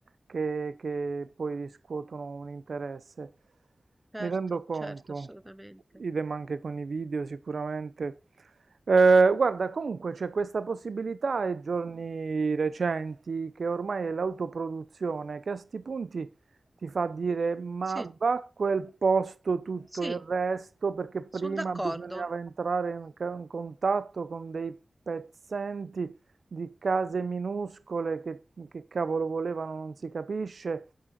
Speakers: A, on the right; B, in the centre.
A: che, che poi riscuotono un interesse.
B: certo,
A: Mi rendo conto,
B: certo, assolutamente.
A: idem anche con i video sicuramente. Eh, guarda, comunque c'è questa possibilità ai giorni recenti che ormai è l'autoproduzione, che a sti punti ti fa dire ma
B: Sì,
A: va a quel posto tutto
B: sì,
A: il resto perché prima
B: sono d'accordo.
A: bisognava entrare in, ca- in contatto con dei pezzenti di case minuscole che, che cavolo volevano, non si capisce.